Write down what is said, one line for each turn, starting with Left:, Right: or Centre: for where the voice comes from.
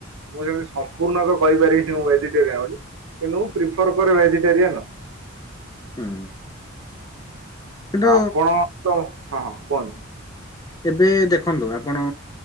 Right: ମୁଁ ସେମିତି ସମ୍ପୂର୍ଣ୍ଣ ତ କହିପାରିବିନି ମୁଁ ଭେଜିଟେରିଆନ୍ ବୋଲି କିନ୍ତୁ ମୁଁ ପ୍ରିଫର କରେ ଭେଜିଟେରିଆନ।
Left: ହୁଁ। କିନ୍ତୁ
Right: ଆଉ ଆପଣ ତ, ହଁ ହଁ କୁହନ୍ତୁ?
Left: ଏବେ ଦେଖନ୍ତୁ ଆପଣ